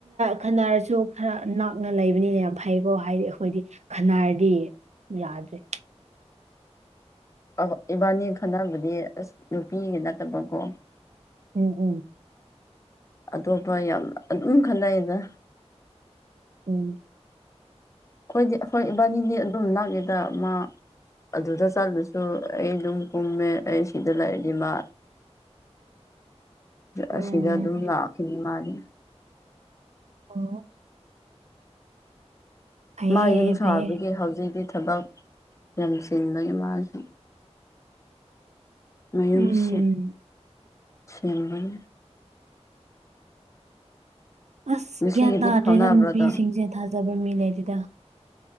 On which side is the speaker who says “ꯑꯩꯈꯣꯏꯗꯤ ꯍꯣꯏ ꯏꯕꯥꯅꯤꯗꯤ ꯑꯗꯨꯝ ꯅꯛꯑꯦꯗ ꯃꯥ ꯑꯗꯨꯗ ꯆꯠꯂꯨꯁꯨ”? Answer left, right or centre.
Left